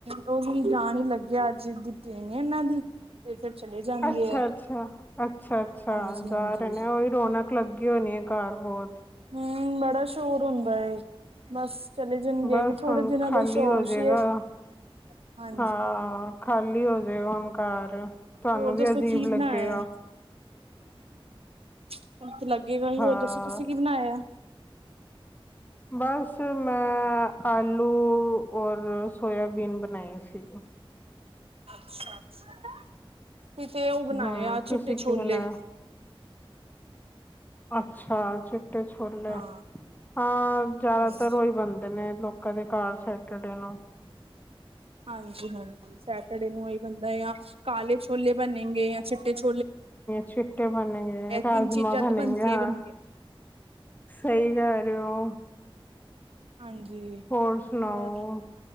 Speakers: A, on the right; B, on the left.
A: ਉਹ ਵੀ ਜਾਣ ਹੀ ਲੱਗਿਆ ਅੱਜ ਦੀ ਟੇਨ ਇਹਨਾਂ ਦੀ ਤੇ ਫਿਰ, ਚਲੇ ਜਾਣਗੇ
B: ਅੱਛਾ ਅੱਛਾ ਅੱਛਾ ਅੱਛਾ,
A: ਹਾਂਜੀ
B: ਜਾ
A: ਹਾਂਜੀ
B: ਰਹੇ ਨੇ ਉਹੀ ਰੌਣਕ ਲੱਗੀ ਹੋਣੀ ਹੈ। ਘਰ ਬਹੁਤ,
A: ਹੂੰ ਬੜਾ ਸ਼ੋਰ ਹੁੰਦਾ ਐ ਬਸ, ਚਲੇ ਜਾਣਗੇ
B: ਬਸ
A: ਵੀ ਥੋੜੇ
B: ਹੁਣ
A: ਦਿਨਾਂ
B: ਖਾਲੀ
A: ਦਾ ਹੀ ਸ਼ੋਰ
B: ਹੋਜੇਗਾ
A: ਸੀ ਹਾਂਜੀ
B: ਹਾਂ, ਖਾਲੀ ਹੋਜੇਗਾ ਹੁਣ ਘਰ, ਤੁਹਾਨੂੰ
A: ਹੋਰ
B: ਵੀ
A: ਦੱਸੋ
B: ਅਜੀਬ
A: ਕੀ
B: ਲੱਗੇਗਾ।
A: ਬਣਾਇਆ ਹੁਣ ਤਲੱਕ ਅੱਗੇ ਕਹੀਂ,
B: ਹਾਂ
A: ਹੋਰ ਦੱਸੋ ਤੁਸੀਂ ਕੀ ਬਣਾਇਆ।
B: ਬਸ ਮੈਂ ਆਲੂ ਔਰ ਸੋਆਬੀਨ ਬਣਾਈ ਸੀ।
A: ਅੱਛਾ ਅੱਛਾ, ਸੀ ਤੇ ਉਹ ਬਣਾਏ
B: ਹਮ
A: ਆ
B: ਤੁਸੀਂ
A: ਚਿੱਟੇ ਛੋਲੇ,
B: ਕੀ ਬਣਾਇਆ ਅੱਛਾ, ਛੋਲੇ,
A: ਹਾਂ
B: ਹਾਂ ਜ਼ਿਆਦਾਤਰ
A: ਹਾਂਜੀ
B: ਉਹੀ ਬਣਦੇ ਨੇ ਲੋਕਾਂ ਦੇ ਘਰ ਸੈ ਤੁਹਾਡੀ ਨੂ
A: ਹਾਂਜੀ ਹਾਂਜੀ, ਸੈਟਰਡੇ ਨੂੰ ਇਹ ਬੰਦਾ ਆ ਕਾਲੇ ਛੋਲੇ ਬਨੇਗੇ ਜਾਂ ਚਿੱਟੇ ਛੋਲ।
B: ਚਿੱਟੇ ਬਣਨਗੇ ਰਾਜਮਾਂ
A: ਤਿੰਨ ਚੀਜ਼ਾਂ
B: ਬਣਨਗੇ,
A: ਤੇ ਬਣਦੀਆਂ
B: ਹਾ
A: ਹੀ ਬਣਦੀਆਂ
B: ਸਹੀ ਕਹਿ ਰਹੇ ਹੋ।
A: ਹਾਂਜੀ
B: ਹੋਰ ਸੁਣਾਓ।
A: ਹੋਰ